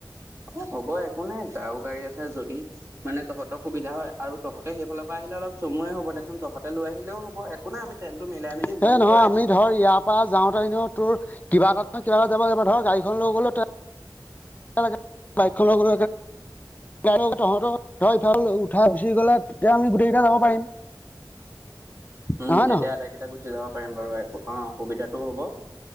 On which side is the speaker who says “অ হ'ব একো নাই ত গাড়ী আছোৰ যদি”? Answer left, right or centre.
Right